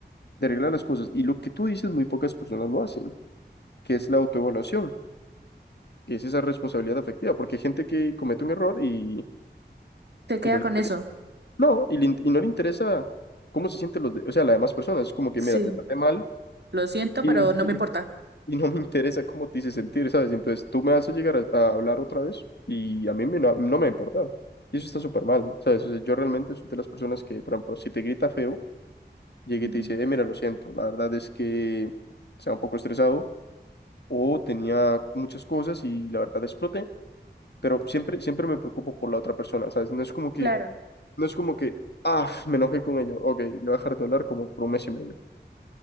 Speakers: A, on the left; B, on the right.
A: de arreglar las cosas y lo que tú dices, muy pocas personas lo hacen, que es la autoevaluación. que es esa responsabilidad afectiva, porque hay gente que comete un error y,
B: Se queda
A: y no le
B: con
A: interesa.
B: eso.
A: No, y, le in- y no le interesa cómo se sienten los, de- o sea, las demás personas. Es como que,
B: Sí,
A: mira, te traté mal
B: lo siento,
A: y,
B: pero
A: <laughs>
B: no me importa.
A: y no me interesa cómo te hice sentir, ¿sabes? Entonces tú me haces llegar a, a hablar otra vez y a mí me- no, no me va a importar. Y eso está súper mal, ¿sabes? O sea, yo realmente soy de las personas que, por ejemplo, si te grita feo, llegué
B: Ujú.
A: y te dice, eh, mira, lo siento, la verdad es que estaba un poco estresado o tenía muchas cosas y la verdad exploté, pero siempre, siempre me preocupo por la otra persona, ¿sabes? No es como que
B: Claro.
A: No es como que, ah, me enojé con ella. Ok, le voy a dejar de hablar como por un mes y medio.